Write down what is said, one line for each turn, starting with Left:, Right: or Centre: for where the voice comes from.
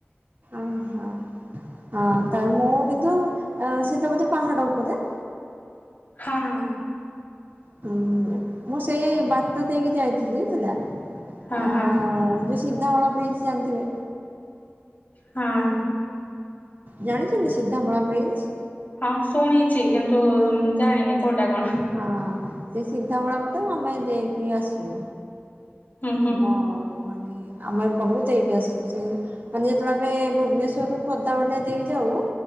Right: ଅହୋ ହ ତା ମୁଁ କିନ୍ତୁ ଅ ସେତ ବୋଧେ ପାହାଡ ଉପରେ।
Left: ହୁଁ।
Right: ହୁଁ ମୁଁ ସେଇ ବାଟ ଦେଇକି ଯାଇଥିଲି ହେଲା। ଆ
Left: ହଁ ହଁ
Right: ସିଧାମଳ ବ୍ରିଜ୍ ଜାଣିଥିବେ?
Left: ହଁଅ।
Right: ଜାଣିଚନ୍ତି ସିଧାମଳା ବ୍ରିଜ?
Left: ହଁ ଶୁଣିଚି କିନ୍ତୁ ଜାଣିନି କୋଉଟା କଣ।
Right: ହଁ ସେ ସିଧାମଳା ପଟେ ଆମେ ଦେଇକି ଆସୁ।
Left: ହୁଁ ହୁଁ।
Right: ହଁ ମାନେ ଆମେ ଏପଟକୁ ଦେଇକି ଆସୁ। ସେଇ ହଁ ଯେତେବେଳେ ଆମେ ଭୁବନେଶ୍ଵରରୁ ଖୋର୍ଦ୍ଧା ବାଟେ ଦେଇକି ଯାଉ